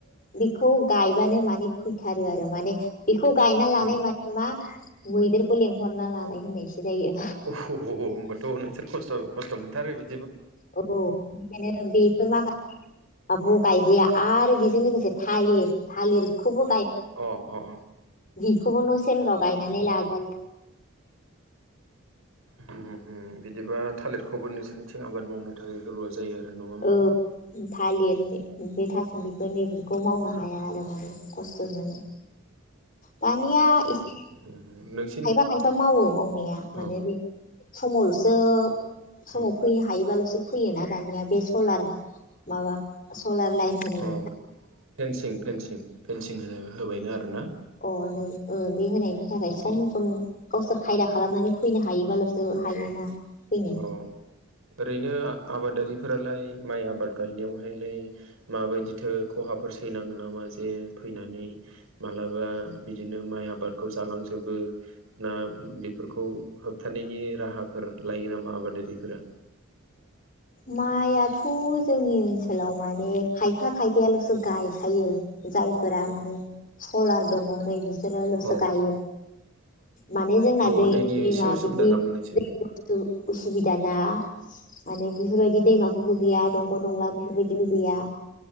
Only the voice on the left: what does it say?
बेखौ गायबानो माने फैथारो आरो माने बेखौ गायना
लानाय माने मा मैदेरखौ लेंहरना लानाय होननायसो। जायो
औ ओंखायनो बेफोर माखासे <unintelligible> गायजाया आरो बेजों लोगोसे थालिर थालिरखौबो
बिखौबो न' सेरफोराव गायनानै लाजायो।
औ थालिरनि बे थासोमलिफोर नैफोरखौ मावनो हाया आरो माने खस्थ' मोनो। दानिया
एसे
खायफा खायफा मावो मावनाया माने
बे समावल'सो समाव
फैनो हायोबाल'सो फैयोना दानिया बे सलार माबा सलार लाइन होनायनि
अह नै ओ बे होनायनि थाखाय सम
सम गावसोर खायदा खालामनानै फैनो हायोबाल'सो हायोना। फैनो
माइआथ' जोंनि ओनसोलाव माने खायफा खायफायाल'सो गायखायो जायफोरा माने सलार दङ' नै बिसोरल'सो
गायो माने जोंना
दै
दैमा
बिदि
दै बुस्थु सुबिदा ना माने बेफोरबायदि दैमाफोरबो गैया दंग दंला बेफोरबायदिबो गैया